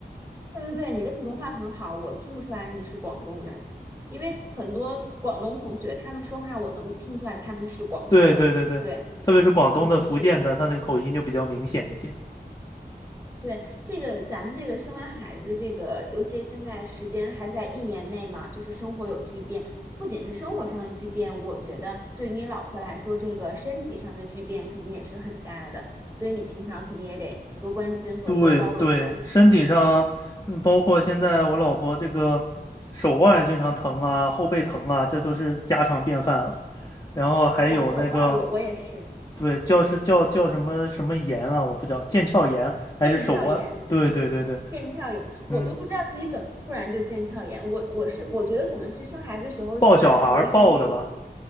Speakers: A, on the right; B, on the left.
A: 对对对，你的普通话很好，我听不出来你是广东人，因为很多广东同学他们说话，我能听出来他们是广东的。
B: 对对对对，
A: 对，
B: 特别是广东的、
A: 嗯，
B: 福建的，
A: 是的，
B: 他那个口音就比较明显一些。
A: 对，这个咱们这个生完孩子，这个尤其现在时间还在一年内嘛，就是生活有巨变，不仅是生活上的巨变，我觉得对于你老婆来说，这个身体上的巨变肯定也是很大的，所以你平常肯定也得多关心和多包容啦。
B: 对对，身体上，
A: 嗯，
B: 嗯，包括现在我老婆这个手腕经常疼啊，后背疼啊，这都是家常便饭了。然后还有那个，
A: 是的，手腕儿我我也是
B: 对，叫是叫叫什么什么炎啊，我不知道，腱鞘炎还是手腕？
A: 腱鞘炎。
B: 对对对对，
A: 腱鞘炎，
B: 嗯，
A: 我都不知道自己怎么突然就腱鞘炎。我我是我觉得可能是生孩子的时候抓的时候用力，
B: 抱小孩儿抱的吧？